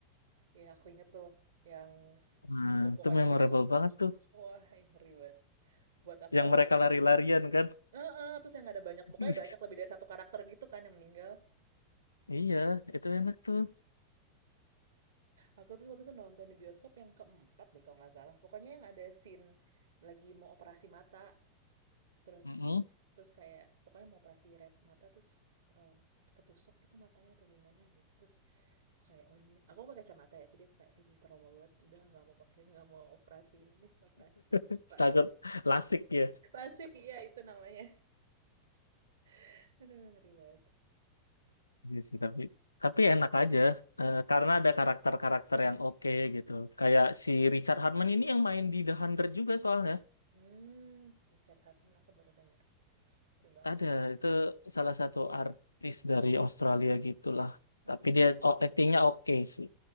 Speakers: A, on the right; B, on the left.
A: Ya, aku inget tuh yang s-
B: Nah, itu
A: pokoknya
B: memorable
A: jadi
B: banget tuh.
A: wah, ih, ngeri banget. Buat aku
B: Yang
A: yang
B: mereka lari-larian kan.
A: eh eh, terus yang ada banyak pokoknya
B: <laughs>
A: banyak lebih dari satu karakter gitu kan yang meninggal.
B: Iya, itu enak tuh.
A: Aku tuh waktu itu nonton di bioskop yang keempat deh kalau nggak salah. Pokoknya yang ada scene lagi mau operasi mata. Terus
B: Mm-mm.
A: terus kayak pokoknya mau operasi red mata terus em, ketusuk gitu matanya atau gimana gitu. Terus aku kayak oh, anjing. aku pakai kacamata ya. Jadi aku kayak ini trauma banget. Udah nggak mau pakai nggak mau operasi ini deh operasi.
B: <laughs>
A: Plastik.
B: Takut lasik ya.
A: Plastik iya itu namanya. <laughs> Aduh ngeri banget.
B: Iya sih, tapi tapi enak aja eh, karena ada karakter-karakter yang oke gitu. Kayak si Richard Hartman ini yang main di The Hundred juga soalnya.
A: Hmm, Richard Hartman aku baru dengar. Coba
B: Ada
A: aku.
B: itu salah satu artis dari Australia gitulah.
A: Hmm.
B: Tapi dia oh, actingnya oke sih.